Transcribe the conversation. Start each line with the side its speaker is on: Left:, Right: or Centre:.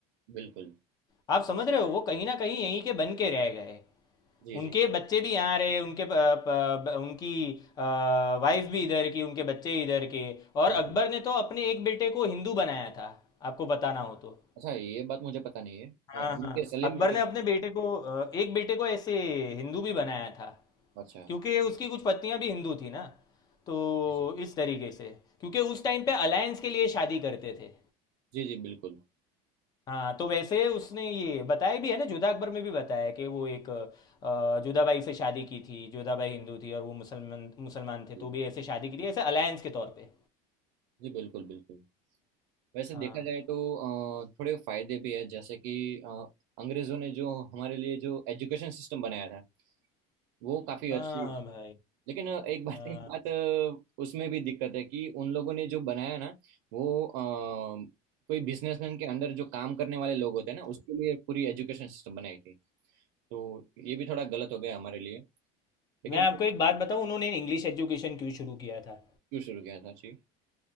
Right: बिल्कुल
Left: आप समझ रहे हो वो कहीं ना कहीं यहीं के बन के रह गए
Right: जी
Left: उनके
Right: जी
Left: बच्चे भी यहाँ रहे उनके प, प, ब- उनकी वाइफ भी इधर की उनके बच्चे इधर के और
Right: बिल्कुल
Left: अकबर ने तो अपने एक बेटे को हिंदू बनाया था आपको बताना हो तो
Right: अच्छा ये बात मुझे पता नहीं है
Left: हाँ
Right: अ, उनके
Left: हाँ
Right: सलीम
Left: अकबर
Right: जगह
Left: ने अपने बेटे को अ, एक बेटे को ऐसे हिंदू भी बनाया था
Right: अच्छा
Left: क्योंकि उसकी कुछ पत्नियां भी हिंदू थी ना तो
Right: जी
Left: इस तरीके से क्योंकि उस टाइम पे अलायंस के लिए शादी करते थे
Right: जी जी बिल्कुल
Left: हाँ तो वैसे उसने ये बताया भी है ना जोधा अकबर में भी बताया है कि वो एक अ, जोधाबाई से शादी की थी जोधाबाई हिंदू थी और वो मुसलमान मुसलमान थे
Right: जी
Left: तो भी ऐसे शादी की थी ऐसे अलायंस के तौर पे
Right: जी, बिल्कुल बिल्कुल वैसे
Left: हाँ
Right: देखा जाए तो अ, थोड़े फायदे भी है जैसे कि अ, अंग्रेजों ने जो हमारे लिए जो एजुकेशन सिस्टम बनाया था वो काफी अच्छी
Left: हाँ भाई
Right: लेकिन अ, एक बात
Left: हाँ
Right: एक बात अ, उसमें भी दिक्कत है कि उन लोगों ने जो बनाया ना वो अ, कोई बिजनेसमैन के अंडर जो काम करने वाले लोग होते हैं ना उसके लिए पूरी एजुकेशन सिस्टम बनाई थी तो ये भी थोड़ा गलत हो गया हमारे लिए लेकिन
Left: मैं
Right: जो
Left: आपको एक बात बताऊं उन्होंने इंग्लिश एजुकेशन क्यों शुरू किया था
Right: क्यों शुरू किया था जी